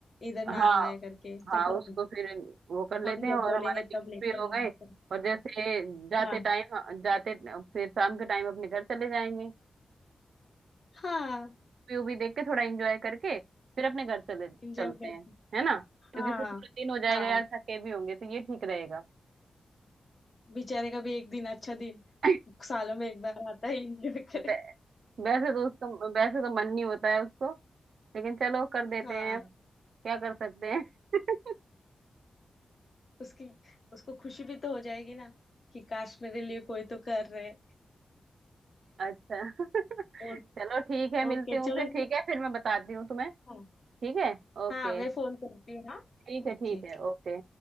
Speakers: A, on the left; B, on the right.
A: इधर ना
B: हाँ
A: लाए करके
B: हाँ
A: तो फिर
B: उसको फिर वो कर लेते
A: हम
B: हैं
A: जब
B: और
A: बोलेंगे
B: हमारे गिफ्ट
A: तब लेके
B: भी हो
A: आना
B: गए
A: इसको।
B: और जैसे जाते
A: हाँ
B: टाइम जाते फिर शाम के टाइम अपने घर चले जाएंगे
A: हाँ
B: व्यू भी देख के थोड़ा एंजॉय करके फिर अपने घर चले चलते
A: एंजॉय करते
B: हैं है ना क्योंकि
A: हाँ
B: फिर पूरा दिन हो जाएगा
A: हाँ
B: यार थके भी होंगे तो ये ठीक रहेगा
A: बेचारे का भी एक दिन अच्छा दिन
B: <laughs>
A: सालों में एक बार आता है एंजॉय करे
B: वै- वैसे तो उसका वैसे तो मन नहीं होता है उसको लेकिन चलो कर देते
A: हाँ
B: हैं अब क्या कर सकते हैं <laughs>
A: उसकी उसको खुशी भी तो हो जाएगी ना कि काश मेरे लिए कोई तो कर रहे
B: अच्छा <laughs>
A: ओ,
B: चलो ठीक है मिलती
A: ओके
B: हूँ
A: चलो
B: फिर ठीक
A: फिर
B: है फिर मैं बताती हूँ तुम्हें
A: हाँ
B: ठीक है ओके
A: हाँ मैं फोन करती हूँ हाँ
B: ठीक है
A: ओके
B: ठीक है ओके